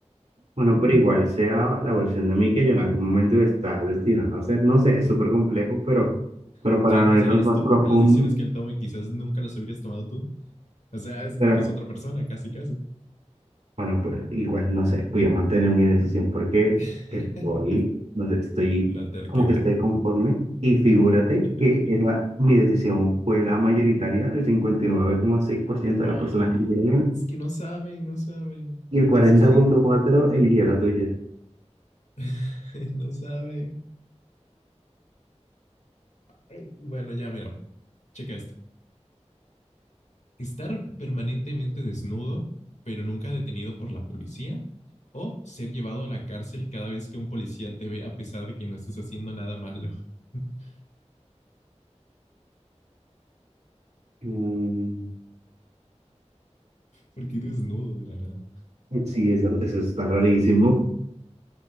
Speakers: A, on the right; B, on the left.
A: bueno, pero igual sea la versión de mí que yo en algún momento iba a estar destinado a ser, no sé, es súper complejo, pero, pero
B: Ya
A: para
B: no
A: no
B: serías
A: irnos más
B: tú,
A: profundo.
B: porque las decisiones que él tome quizás nunca las hubieras tomado tú. O sea, es porque
A: pero
B: es otra persona, casi, casi.
A: Bueno, pues igual, no sé, voy a mantener mi decisión porque
B: <laughs>
A: estoy, no sé, estoy
B: La terquedad.
A: como que estoy conforme y figúrate
B: <laughs>
A: que es la- mi decisión fue la mayoritaria, el cincuenta y nueve coma seis por ciento
B: Ah,
A: de las personas que eligieron él
B: es que no saben, no saben.
A: y el 40,4%
B: Eso es gente.
A: eligieron la tuya.
B: <laughs> No saben. Ay, bueno, ya mira, checa esta. Estar permanentemente desnudo, pero nunca detenido por la policía, o ser llevado a la cárcel cada vez que un policía te ve a pesar de que no estés haciendo nada malo. <laughs>
A: Mm,
B: Porque desnudo de la nada.
A: sí, eso, eso está rarísimo,